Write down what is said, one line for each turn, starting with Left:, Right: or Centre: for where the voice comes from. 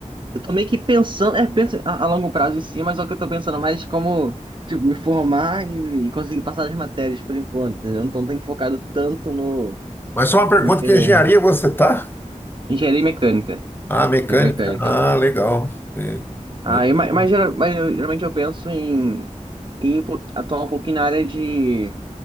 Right: eu tô meio que pensando, é, penso a, a longo prazo em si, mas só que eu tô pensando mais como, tipo, me formar e, e conseguir passar as matérias por enquanto, entendeu? Então, tenho focado tanto no
Left: Mas só uma pergunta,
Right: no meu
Left: que engenharia você tá?
Right: engenharia mecânica,
Left: Ah, mecânica.
Right: engenharia mecânica.
Left: Ah, legal. É,
Right: Aí,
Left: muito
Right: mas,
Left: bom.
Right: mas, geral- mas eu- geralmente eu penso em, em um po- atuar um pouquinho na área de